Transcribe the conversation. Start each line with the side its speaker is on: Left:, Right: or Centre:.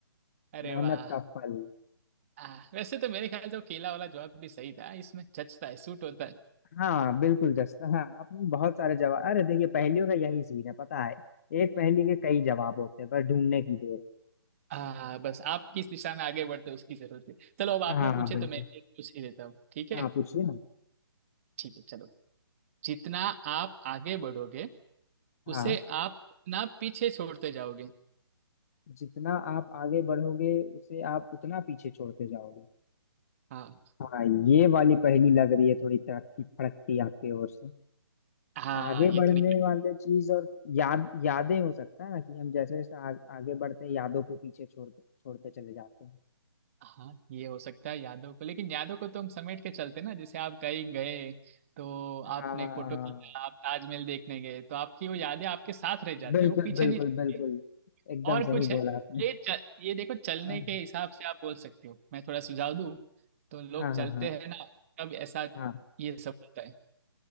Right: अरे
Left: मेहनत
Right: वाह
Left: का फल
Right: आ, वैसे तो मेरे ख्याल से वो केला वाला जवाब भी सही था इसमें जचता है सूट होता है
Left: हाँ बिल्कुल जस्ट हाँ आपने बहुत सारे जवाब अरे देखिए पहेलियों का यही सीन है पता है एक पहेली के कई जवाब होते हैं पर ढूंढने की देर
Right: आ, बस आप किस दिशा में आगे बढ़ते हो उसकी जरूरत है चलो अब आपने
Left: है
Right: पूछे
Left: हाँ बिल्कुल
Right: तो मैं एक पूछ ही देता हूँ ठीक है
Left: हाँ पूछिए ना
Right: ठीक है चलो जितना आप आगे बढ़ोगे
Left: हाँ
Right: उसे आप उतना पीछे छोड़ते जाओगे
Left: जितना आप आगे बढ़ोगे उसे आप उतना पीछे छोड़ते जाओगे
Right: हाँ
Left: हाँ ये वाली पहेली लग रही है थोड़ी तड़कती फड़कती आपकी ओर से
Right: हाँ
Left: आगे
Right: ये
Left: बढ़ने
Right: थोड़ी
Left: वाले चीज और याद यादें हो सकता है ना कि हम जैसे जैसे आ, आगे बढ़ते हैं यादों को पीछे छोड़ते छोड़ते चले जाते हैं
Right: हाँ ये हो सकता है यादों को लेकिन यादों को तो हम समेट के चलते ना जैसे आप कहीं गए तो आपने
Left: हाँ
Right: फोटो खींचा आप ताजमहल देखने गए तो आपकी वो यादें आपके साथ रह जाती
Left: बिल्कुल
Right: है वो पीछे
Left: बिल्कुल
Right: नहीं छूटती
Left: बिल्कुल एकदम
Right: और
Left: सही
Right: कुछ है
Left: बोला आपने
Right: ये चल, ये देखो चलने
Left: हाँ
Right: के हिसाब से आप बोल सकते हो मैं थोड़ा सुझाव दूं तो लोग
Left: हाँ
Right: चलते
Left: हाँ हाँ
Right: हैं ना तब ऐसा
Left: हाँ।
Right: ये सब होता है